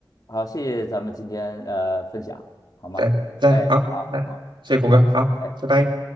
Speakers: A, on the left; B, on the right.
A: 好，谢谢咱们今天呃分享，好吗？
B: 对来好，
A: 哎，好，
B: 来谢谢果哥，
A: 再见。
B: 好，
A: 哎。
B: 拜拜。